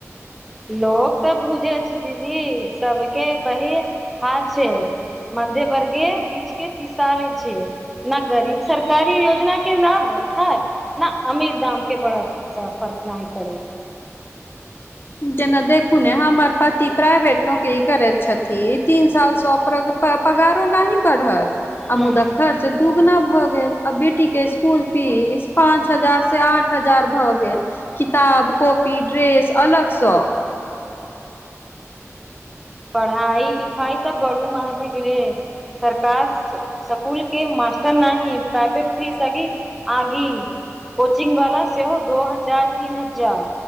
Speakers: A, in the centre; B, on the left (about 45°).
A: लोक तऽ बुझे अछि दीदी सबके वही हाल छै। मध्यवर्गीय बीचके पिसारै छियै। ना गरीब सरकारी योजना के लाभ उठाए। ना अमीर दाम के बढ़त स फर्क नहि पड़ै।
B: जेना देखू ने हमर पति प्राइवेट नौकरी करैत छथि। तीन सालसँ प्रा पगारो नाहि बढ़ल। आ
A: हूँ
B: मुदा खर्च दुगुना भ गेल, आ बेटी के स्कूल फीस पाच हजार से आठ हजार भ गेल, किताब कॉपी ड्रेस अलग स।
A: पढ़ाइ - लिखाइ तऽ बरु महग भए गेलै। सरकार स्कूल के मास्टर नहि प्राइवेट फीस अगी। आगी कोचिंग वाला सेहो दो हजार तीन हजार।